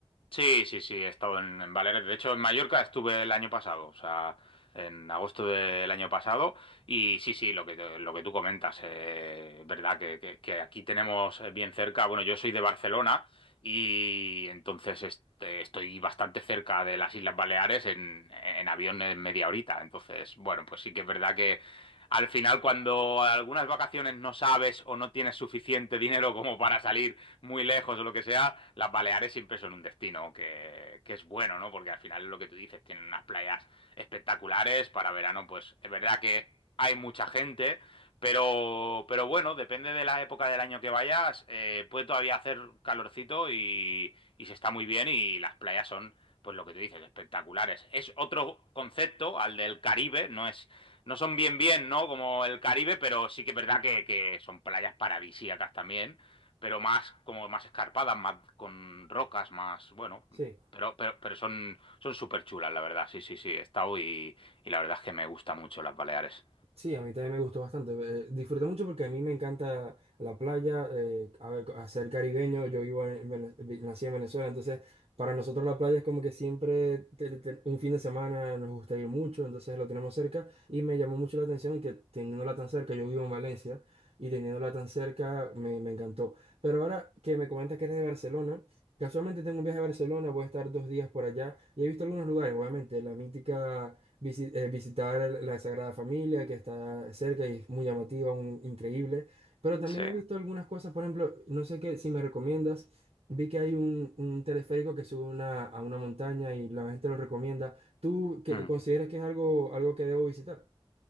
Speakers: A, on the left; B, on the right.
A: Sí, sí, sí, he estado en, en Baleares. De hecho, en Mallorca estuve el año pasado, o sea, en agosto del año pasado. Y sí, sí, lo que, te- lo que tú comentas, eh, verdad que, que- que aquí tenemos eh, bien cerca. Bueno, yo soy de Barcelona y entonces este, estoy bastante cerca de las Islas Baleares en, en avión en media horita. Entonces, bueno, pues sí que es verdad que al final, cuando algunas vacaciones no sabes o no tienes suficiente dinero como para salir muy lejos o lo que sea, las Baleares siempre son un destino que, que es bueno, ¿no? Porque al final es lo que tú dices, tienen unas playas espectaculares para verano, pues es verdad que hay mucha gente, pero, pero bueno, depende de la época del año que vayas, eh, puede todavía hacer calorcito y, y se está muy bien y las playas son, pues lo que tú dices, espectaculares. Es otro concepto al del Caribe, no es, no son bien bien, ¿no? Como el Caribe, pero sí que es verdad que, que son playas paradisíacas también pero más, como más escarpadas, más con rocas, más, bueno,
B: Sí.
A: pero, pero, pero son, son súper chulas, la verdad. Sí, sí, sí, he estado y, y la verdad es que me gustan mucho las Baleares.
B: Sí, a mí también me gustó bastante. eh, disfruté mucho porque a mí me encanta la playa, eh, a ver, hacer caribeño. Yo vivo en, Vene- vi- nací en Venezuela, entonces para nosotros la playa es como que siempre te- te- un fin de semana nos gusta ir mucho, entonces lo tenemos cerca y me llamó mucho la atención que teniéndola tan cerca, yo vivo en Valencia y teniéndola tan cerca me, me encantó. Pero ahora que me comentas que eres de Barcelona, casualmente tengo un viaje a Barcelona, voy a estar dos días por allá y he visto algunos lugares, obviamente, la mítica visi- eh, visitar la Sagrada Familia, que está cerca y es muy llamativa, un, increíble. Pero también
A: Sí.
B: he visto algunas cosas, por ejemplo, no sé qué, si me recomiendas, vi que hay un, un teleférico que sube una- a una montaña y la gente lo recomienda. ¿Tú qué-
A: Mm.
B: consideras que es algo, algo que debo visitar?